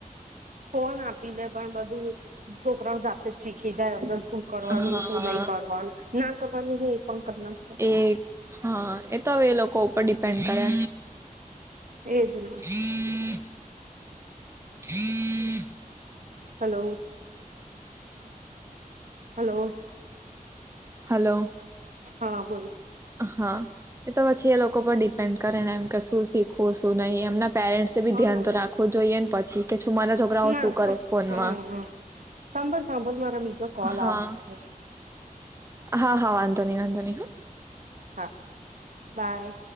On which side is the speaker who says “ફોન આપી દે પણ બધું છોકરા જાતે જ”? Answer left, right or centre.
Right